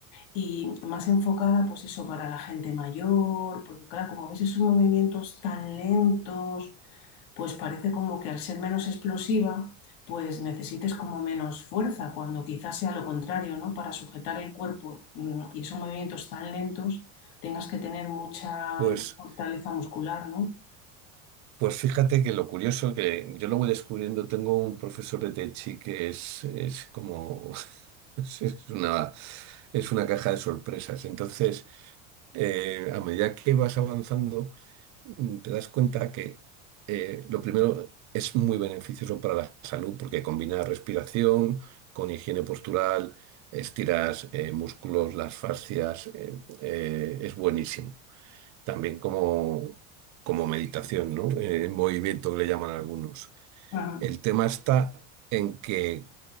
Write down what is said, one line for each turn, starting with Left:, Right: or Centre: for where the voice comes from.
Left: y más enfocada, pues eso, para la gente mayor, porque claro, como ves esos movimientos tan lentos, pues parece como que al ser menos explosiva, pues necesites como menos fuerza, cuando quizás sea lo contrario, ¿no? Para sujetar el cuerpo mm, y son movimientos tan lentos, tengas que tener mucha
Right: pues
Left: fortaleza muscular, ¿no?
Right: Pues fíjate que lo curioso que yo lo voy descubriendo, tengo un profesor de Tai Chi que es, es como, <laughs> es es una, es una caja de sorpresas. Entonces, eh, a medida que vas avanzando, mm, te das cuenta que eh, lo primero es muy beneficioso para la salud porque combina respiración con higiene postural, estiras eh, músculos, las fascias, eh, eh, es buenísimo también como, como meditación, ¿no? Eh, en movimiento que le llaman algunos.
Left: Ajá.
Right: El tema está en que